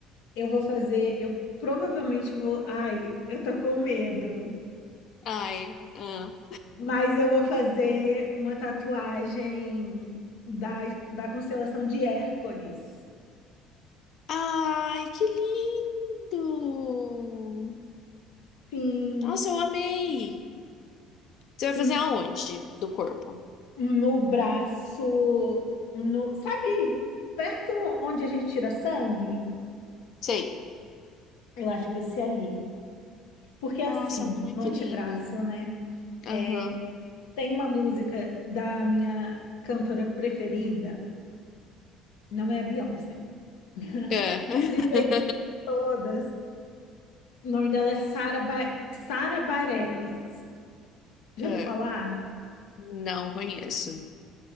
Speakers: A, on the left (about 90°); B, on the left (about 55°).
A: eu vou fazer. Eu provavelmente vou. Ai, eu tô com medo.
B: Ai, ah.
A: Mas eu vou fazer uma tatuagem da, da constelação de Hércules.
B: Ai, que lindo!
A: Sim,
B: Nossa, eu amei. Você
A: sim,
B: vai fazer aonde do corpo?
A: no braço, no, sabe, perto onde a gente tira sangue?
B: Sei.
A: Eu acho que vai ser ali. Porque
B: Nossa,
A: assim,
B: muito
A: no antebraço,
B: lindo.
A: né?
B: Aham.
A: É, tem uma música da minha cantora preferida, não é a Beyoncé. <laughs>
B: É.
A: É
B: <laughs>
A: a preferida de todas. O nome dela é Sara Ba- Sara Bareilles. Já
B: É.
A: ouviu falar?
B: Não conheço.